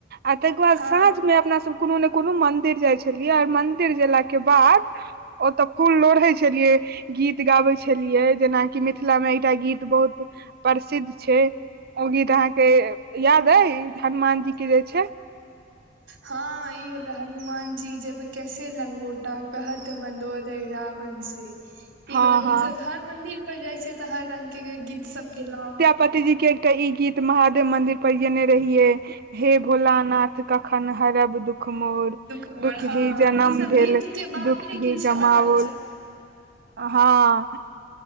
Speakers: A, on the right (about 55°); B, on the right (about 85°).
A: आ तैके बाद
B: हँ
A: सांझमे अपना सब कोनो ने कोनो मंदिर जाइ छलियै और मंदिर गेला के बाद ओतऽ फूल लोढ़ै छलियै। गीत गाबै छलियै जेनाकि मिथिलामे एकटा गीत बहुत प्रसिद्ध छैय। ओ गीत अहाँके याद अय हनुमान जी के जे छैय?
B: हँ ई बला हनुमान जी जब कैसे लंगोटा कहत मन्दोदर रावण से ई
A: हँ
B: वला गीत
A: हँ
B: सब हर मंदिर पर जाइ छिय तऽ हर रंग के गीत सब गेलहु।
A: पतिजीके एकटा ई गीत महादेव मंदिर पर गेने रहियै। हे भोला नाथ कखन हरब दुख दुख मोर
B: मोर
A: दुःख
B: हँ
A: ही जनम
B: ई सब
A: भेल
B: गीत के बाते
A: दुःख
B: किछु
A: ही गमाओल।
B: अलग छै
A: हँ